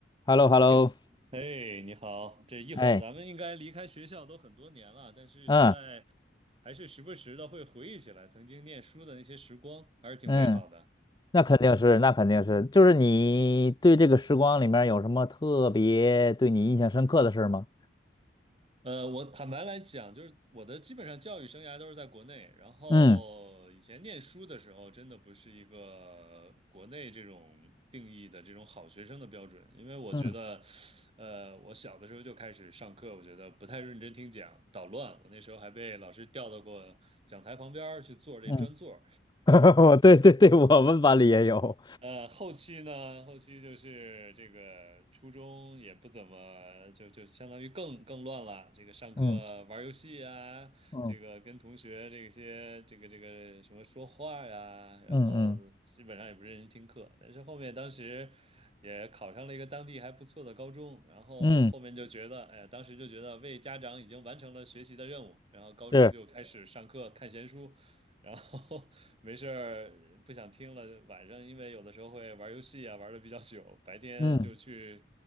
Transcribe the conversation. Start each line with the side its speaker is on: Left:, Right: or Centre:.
Left: h e l l o h e l l o
Right: 你哎，你好！这一晃，
Left: 哎，
Right: 咱们应该离开学校都很多年了，但是现在
Left: 嗯
Right: 还是时不时的会回忆起来曾经念书的那些时光，还是挺美好的。
Left: 嗯，那肯定是，那肯定是，就是你对这个时光里面有什么特别对你印象深刻的事儿吗？
Right: 呃，我坦白来讲，就是我的基本上教育生涯都是在国内。然后以前念书的时候，
Left: 嗯
Right: 真的不是一个国内这种定义的这种好学生的标准，因为我觉得，
Left: 嗯
Right: 呃，我小的时候就开始上课，我觉得不太认真听讲，捣乱。我那时候还被老师调到过讲台旁边儿去坐这专座，
Left: 嗯，<laughs> 我对对对，我们班里也有，
Right: 呃，后期呢，后期就是这个初中也不怎么，就就相当于更更乱了。这个上课玩游戏啊，
Left: 嗯嗯
Right: 这个跟同学这些这个这个什么说话呀，然后基本上也不认真听课。
Left: 嗯嗯
Right: 但是后面当时也考上了一个当地还不错的高中，然后后面就觉得，
Left: 嗯，
Right: 哎，当时就觉得为家长已经完成了学习的任务，然后高中就开始上课看闲书。
Left: 是，
Right: 然后 <laughs> 没事儿不想听了，晚上因为有的时候会玩游戏啊，玩的比较久，白天就去
Left: 嗯